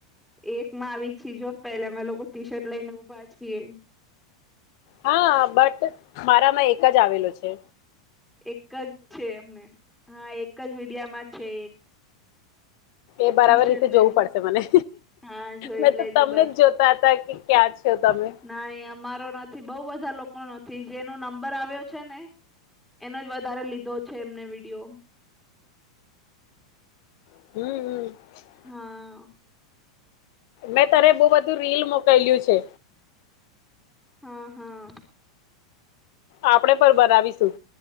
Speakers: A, in the centre; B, on the left.
A: એકમાં આવી જ છી. જો પેલા અમે લોકો ટી શર્ટ લઈને ઊભા છીએ.
B: હા, બટ મારામાં એક જ આવેલું છે.
A: એક જ છે અમે. હા, એક જ મીડિયામાં છે.
B: એ બરાબર
A: ટી શર્ટ
B: રીતે
A: લઈને
B: જોવું પડશે મને.
A: હા જોઈ
B: મેં
A: લેજે
B: તો તમને જ જોતા હતા, કે ક્યાં છો તમે?
A: નાઈ અમારો નથી. બહુ બધા લોકો નથી, જેનો નંબર આવ્યો છે ને. એનો જ વધારે લીધો છે, એમને વિડીયો.
B: હમ હમ.
A: હા.
B: મેં તને બહુ બધું રીલ મોકલ્યું છે.
A: હા હા.
B: આપણેે પણ બનાવીશું.